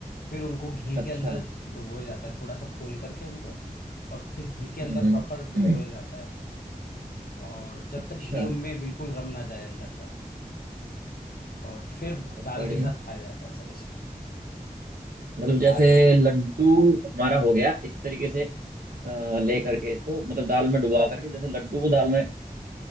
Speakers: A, on the left; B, on the right.
A: फिर उनको घी
B: अच्छा
A: के अंदर डुबोया जाता है थोड़ा सा खोल करके उनको और फिर घी के अंदर
B: हम्म
A: प्रॉपर डुबोया
B: हम्म <clears throat>
A: जाता है और जब
B: अच्छा
A: तक घी उनमें बिल्कुल रम ना जाए अंदर तक और फिर
B: बहुत
A: दाल
B: बढ़िया
A: के साथ खाया जाता है सर इसको
B: मतलब जैसे
A: दाल
B: लड्डू हमारा हो गया इस तरीके से अ, ले करके इसको मतलब दाल में डुबा करके जैसे लड्डू को दाल में